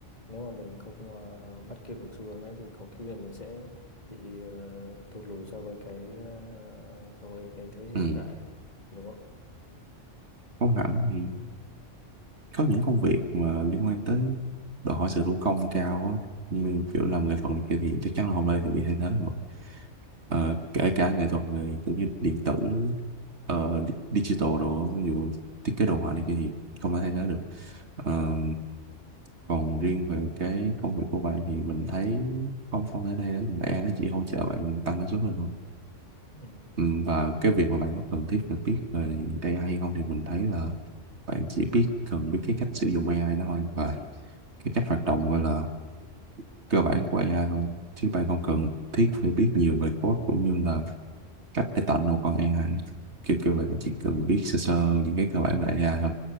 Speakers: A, on the left; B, on the right.
A: nếu mà mình không ờ, bắt kịp được xu hướng đấy thì có khi là mình sẽ bị ờ, thụt lùi so với cái ờ, so với cái thế hệ hiện
B: ừ,
A: tại đúng không?
B: không hẳn thì có những công việc mà liên quan tới đòi hỏi sự thủ công cao á, như kiểu làm nghệ thuật này kia thì chắc chắn là không ai thì bị thay thế rồi Ờ, kể cả nghệ thuật về kiểu như điện tử ờ, di- digital đồ ví dụ thiết kế đồ họa này kia thì không thể thay thế được Ờ, còn riêng về cái công việc của bạn thì mình thấy không không thể thay thế được AI nó chỉ hỗ trợ bạn tăng năng suất lên thôi
A: Ừ.
B: Ừ, và cái việc mà bạn có cần thiết phải biết về AI hay không thì mình thấy là bạn chỉ biết cần biết cái cách sử dụng AI nó thôi và cái cách hoạt động gọi là cơ bản của AI thôi chứ bạn không cần thiết phải biết nhiều về code cũng như là cách để tạo một con AI kiểu kiểu vậy bạn chỉ cần biết sơ sơ những cái cơ bản về AI thôi